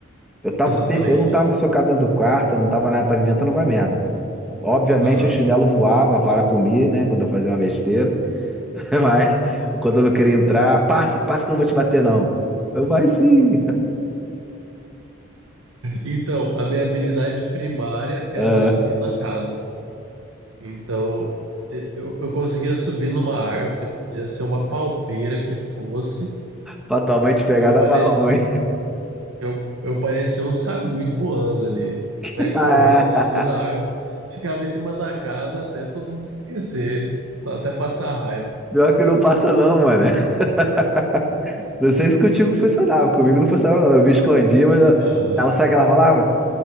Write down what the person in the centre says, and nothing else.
Eu tava,
o te- eu não tava socado dentro do quarto, eu não tava nada, tava inventando alguma merda. Obviamente
o chinelo voava, a vara comia, né, quando eu fazia uma besteira. <laughs> Mas quando eu não queria entrar, passa, passa que eu não vou te bater, não. Eu, vai sim.
<laughs>
Pra tua mãe te pegar,
dava
ruim.
<laughs>
Pior que não passa não, mano. <laughs> Não sei se contigo funcionava, comigo não funcionava não. Eu me escondia, mas eu-
ela sabe o que ela falava?